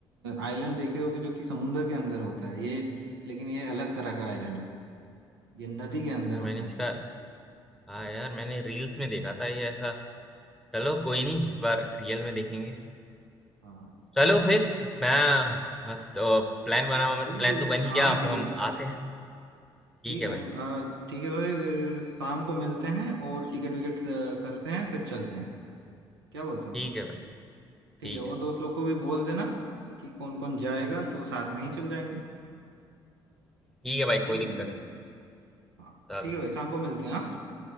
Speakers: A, on the right; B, in the centre.
A: आइलैंड देखे होगे जो कि समुंदर के अंदर होता है ये लेकिन ये अलग तरह का आइलैंड है ये नदी के अंदर
B: यार
A: होता
B: मैंने इसका
A: है
B: हाँ यार मैंने रील्स में देखा था ये ऐसा चलो कोई नहीं इस बार रियल में देखेंगे
A: हाँ
B: चलो फिर मैं हाँ, तो प्लान बना मतलब
A: ठीक
B: प्लान
A: है ठीक
B: तो बन ही
A: है हाँ
B: गया अब
A: ठीक
B: हम
A: है
B: आते हैं ठीक
A: ठीक
B: है
A: है
B: भाई
A: हम, अ, ठीक है भाई अ, शाम को मिलते हैं और टिकट विकेट अ, करते हैं फिर चलते हैं क्या बोलते हो
B: ठीक है भाई
A: ठीक
B: ठीक
A: है और
B: है
A: दोस्त लोग को भी बोल देना कि कौन कौन जाएगा तो साथ में ही चल जाएंगे
B: ठीक है भाई
A: है
B: कोई
A: कि
B: दिक्कत
A: नहीं भाई
B: नहीं
A: हाँ
B: चलो
A: ठीक है भाई शाम को मिलते हैं हाँ